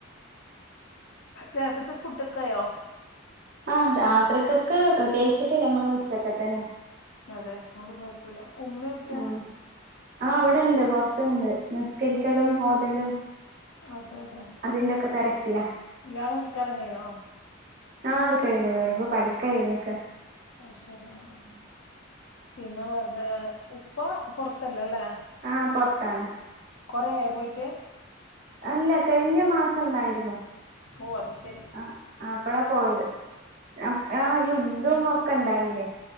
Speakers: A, on the left (about 80°); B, on the right (about 45°).
A: രാത്രിത്തെ ഫുഡൊക്കെയായോ?
B: ആഹ് രാത്രിക്കെക്ക് പ്രത്യേകിച്ചിട്ടില്ല ഉച്ചക്കത്തെന്നെ
A: അതെ അതോണ്ട് കുഴപ്പുല്യാ ഉമ്മയൊക്കെയോ?
B: ആഹ് ആഹ് അവിടെണ്ട് പുറത്തണ്ട് നിസ്കരിക്കലും
A: അതെ
B: ഓതലും
A: അതെ അതെ
B: അതിന്റൊക്കെ തെരക്കിലാ
A: ഇയാളെ നിസ്കാരം കഴഞ്ഞോ?
B: ആഹ് അത് കഴിഞ്ഞു കഴിഞ്ഞു ഇപ്പൊ പഠിക്കാ ഇരുന്നക്കാണ്
A: ആത് ശരി ആഹ് പിന്നെ വേറെതെ ഉപ്പ പൊറത്തല്ലല്ലേ?
B: ആഹ് പൊറത്താണ്
A: കൊറേയോ പോയിട്ട്?
B: അല്ല കഴിഞ്ഞ മാസം ഇണ്ടായിരുന്നു.
A: ഓ അത് ശരി
B: ആ അപ്പഴാ പോയത് അ ആ യുദ്ധം ഒക്കെ ഇണ്ടായില്ലേ